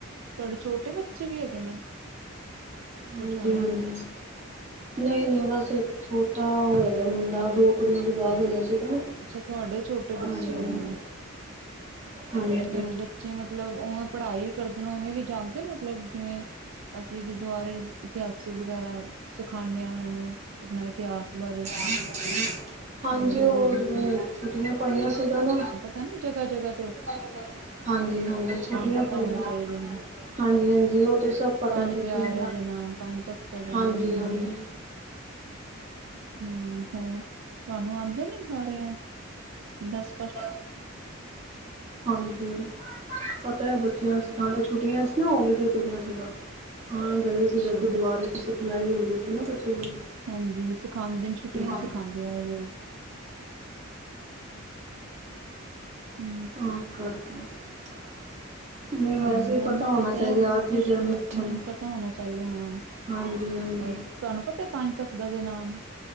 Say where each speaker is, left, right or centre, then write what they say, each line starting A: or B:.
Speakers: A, on the right; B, on the right.
A: ਤੂਆਡੇ ਛੋਟੇ ਬੱਚੇ ਵੀ ਹੈਗੇ ਨੇ? ਜਠਾਣੀ
B: ਹਾਂਜੀ, ਹਾਂਜੀ।
A: ਦੇ
B: ਨਈ-ਨਈ ਬਾੱਸ ਇੱਕ ਛੋਟਾ ਓ ਹੈਗੈ ਮੁੰਡਾ, ਦੋ ਕੁੜੀਆਂ ਤੋਂ ਬਾਦ ਹੋਏਆ ਸੀਗਾ ਨਾ।
A: ਅੱਛਾ ਤੂਆਡੇ ਛੋਟੇ ਬੱਚੇ
B: ਹਾਂਜੀ
A: ਹੂਨੇ ਨੇ।
B: ਹਾਂਜੀ।
A: ਤੇ ਓ ਬੱਚੇ ਮਤਲਬ ਓਵੇਂ ਪੜਾਈ ਵੀ ਕਰਦੇ ਨੇ, ਓਵੇਂ ਵੀ ਜਾਂਦੇ ਨੇ ਮਤਲਬ ਜਿਵੇਂ ਅਸੀਂ ਗੁਰਦੁਆਰੇ ਇਤਿਹਾਸੀ ਵਗੈਰਾ ਸਿਖਾਂਨੇ ਆਂ ਓਨਾਂ ਨੂੰ, ਅਪਨਾ ਇਤਿਹਾਸ ਬਾਰੇ।
B: <inaudible> ਹਾਂਜੀ
A: ਜਾਂ ਗੁਰੂ
B: ਓ
A: ਗੋਬਿੰਦ
B: ਜਿਵੇਂ ਛੁੱਟੀਆਂ ਪਾਈਆਂ ਸੀਗਾ ਨਾ
A: ਤ ਨਾ ਜਗਾ, ਜਗਾ
B: <inaudible> ਹਾਂਜੀ, ਹਾਂਜੀ ਛੁੱਟੀਆਂ
A: ਪਤਾ
B: ਪਈਆਂ।
A: ਹੋਣੇ ਚਾਹੀਦੇ ਨੇ
B: ਹਾਂਜੀ, ਹਾਂਜੀ ਓ ਤੇ ਸਬ ਪਤੈ
A: ਪੰਜ
B: ਬੱਚੇਆ
A: ਪਿਆਰਿਆਂ
B: ਨੂੰ,
A: ਦੇ ਨਾਮ ਪੰਜ ਤਖ਼ਤਾਂ ਦੇ
B: ਹਾਂਜੀ,
A: ਨਾਮ
B: ਹਾਂਜੀ।
A: <inaudible> ਹੂੰ ਹੋਰ ਤੂਆਨੂੰ ਆਂਦੇ ਨੇ ਸਾਰੇ ਐ, ਦਾੱਸ
B: <inaudible> ਹਾਂਜੀ। ਪਤਾ ਐ, ਬੱਚੇਆਂ ਸਿਖਾਂਦੇ ਛੁੱਟੀਆਂ ਸੀ ਨਾ ਹੋਲੀਡੇ ਪਈਆਂ ਸੀਗਾਂ, ਹਾਂ ਗਏ
A: ਅੱਛਾ
B: ਸੀਗਾ, ਗੁਰਦੁਆਰੇ ਸਿਖਲਾਈ ਹੁੰਦੀ ਸੀ ਨਾ ਬੱਚੇਆਂ ਨੂੰ
A: ਹਾਂਜੀ, ਸਿਖਾਂਦੇਨ, ਛੁੱਟੀਆਂ
B: ਹਮ
A: ਚ ਸਿਖਾਂਦੇ ਆਂ ਲੋਗ। ਹੂੰ।
B: <inaudible>
A: ਸਾਨੂੰ,
B: ਵੈਸੇ
A: ਮੈਨੂੰ
B: ਪਤਾ
A: ਵੀ
B: ਹੋਣਾ
A: ਪਤੈ
B: ਚਾਹੀਦਾ
A: ਲੇਕਿਨ
B: ਅੱਜ
A: ਪੂੱਛ
B: ਜਨਰੇਸ਼ਨ
A: ਦੀ ਪੀ ਸੀ, ਪਤਾ ਹੋਨੇ ਚਾਈਦੈ, ਹਾਂ।
B: ਹਾਂਜੀ ਹਾਂਜੀ
A: ਹੋਰ, ਤੂਆਨੂੰ ਪਤੈ ਪਾੰਜ ਤੱਖਦਾ ਦੇ ਨਾਮ?